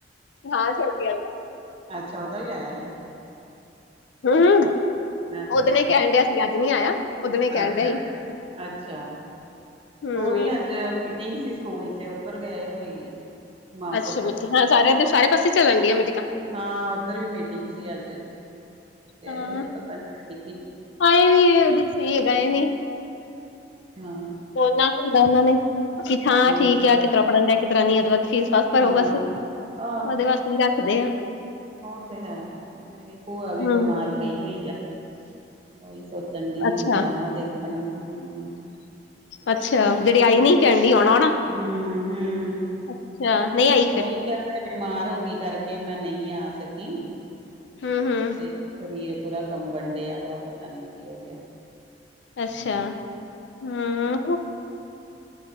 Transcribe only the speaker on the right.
ਅੱਛਾ ਉਹਦਾ ਵੀ ਆਇਆ ਸੀ।
ਅੱਛਾ,
ਅੱਛਾ,
ਅੱਛਾ,
ਉਹ ਵੀ ਅੱਜ ਮੀਟਿੰਗ ਸੀ ਸਕੂਲ 'ਚ ਉੱਧਰ ਗਏ ਹੋਏ ਸੀ। ਮਾਂ
ਪੁੱਤ
ਹਾਂ ਉੱਧਰ ਵੀ ਮੀਟਿੰਗ ਸੀ ਅੱਜ, ਗਏ
ਹੋਏ ਪਤਾ ਨੀ ਕੀ
ਹਾਂ
ਉਹੀ
ਨਾ
ਹਾਂ
ਆਹੋ
ਉਹ ਤੇ ਹੈ, ਮੇਰੀ ਭੂਆ ਵੀ
ਬਿਮਾਰ ਪਈ ਹੋਈ ਆ। ਉਹੀ ਸੋਚਣ ਡਈ
ਆ ਵੀ ਜਾਵਾਂ ਦੇਖਣ ਹੁਣ।
ਹੂੰ ਹੂੰ
ਉਹੀ ਕਹਿੰਦੇ ਬਿਮਾਰ ਹੋ ਗਈ ਕਰਕੇ ਮੈਂ ਨਹੀਂ ਆ ਸਕੀ
ਤੇ ਸਰੀਰ ਪੂਰਾ ਕੰਬਣ ਡਿਆ ਵਾ ਪਤਾ ਨੀ ਕੀ ਹੋ ਗਿਆ।